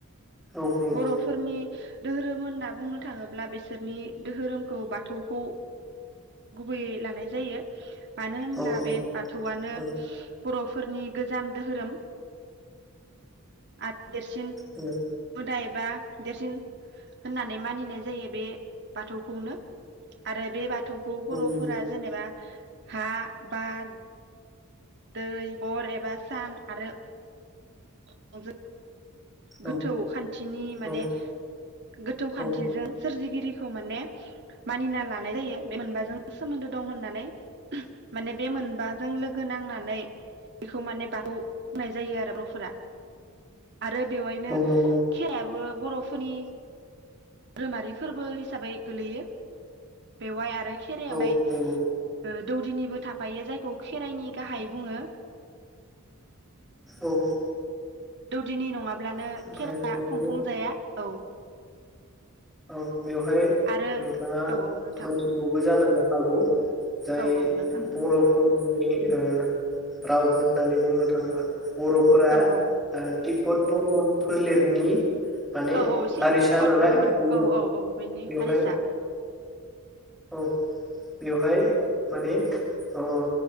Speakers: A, in the centre; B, on the right.
A: औ नंगौ
B: बर'फोरनि दोहोरोम होनना बुंनो थाङोब्ला बिसोरनि दोहोरोमखौ बा थौखौ गुबैयै लानाय जायो मानो होनब्ला
A: औ नंगौ
B: बे बाथौआनो
A: औ
B: बर'फोरनि गोजाम धोहोरोम आ देरसिन
A: औ
B: मोदाय बा देरसिन होननानै मानिनाय जायो बे बाथौखौनो आरो बे बाथौखौ बर'फोरा
A: नंगौ
B: जेनेबा हा बार दै अर एबा सान आरो <inaudible> गोथौ
A: औ
B: खान्थिनि माने
A: औ
B: गोथौ खान्थिजों
A: औ नंगौ औ
B: सोरजिगिरि खौ माने मानिना ला नाय जायो बे मोनबाजों सोमोन्दो दं होननानै माने बे मोनबाजों लोगो नांनानै बेखौ माने बाथौ बुंनाय जायो आरो ब्र'फोरा आरो बेवायनो
A: नंगौ
B: खेराइ आबो बर'फोरनि ध्रोमारि फोरबो हिसाबै गोलैयो बेवाय आरो खेराइयावहाय
A: औ नंगौ
B: ओ दौदिनिबो थाफायो जायखौ खेराइनि गाहाय बुङो
A: औ
B: दौदिनि नङा ब्लानो
A: ओमफ्राय
B: खेरा
A: बेवहाय
B: खुंफुं जाया औ
A: औ बेवहाय
B: आरो
A: नोंथाङा
B: औ औ नोंथां
A: मोनथिबौबो जानान नो हागौ जाय
B: औ औ नोंथां
A: बर'फोर जोंनि ओ राव होननानै बुंनो थाङोबा बर'फोरा
B: औ
A: ओ
B: औ
A: तटिब्बद बर्मन फोलेरनि माने
B: औ औ सिन
A: हारिसा
B: तिब्बत-बर्मन
A: नालाय बेयो
B: औ औ औ बेनि
A: बेवहाय
B: हारिसा
A: औ बेवहाय माने ओ